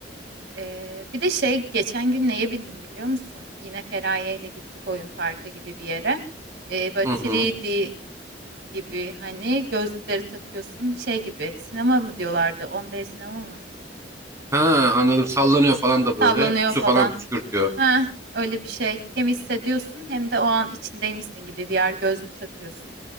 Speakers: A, on the right; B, on the right.
A: Ee, bir de şey geçen gün neye bindim biliyor musun? Yine Feraye ile gittik oyun parkı gibi bir yere. Ee, böyle
B: Hı hı.
A: 3D gibi hani gözlükleri takıyorsun şey gibi sinema mı diyorlardı? 10D sinema mı?
B: Ha anladım. Sallanıyor falan da böyle.
A: Sallanıyor
B: Su
A: falan.
B: falan püskürtüyor.
A: Ha, öyle bir şey. Hem hissediyorsun hem de o an içindeymişsin gibi VR gözlük takıyorsun.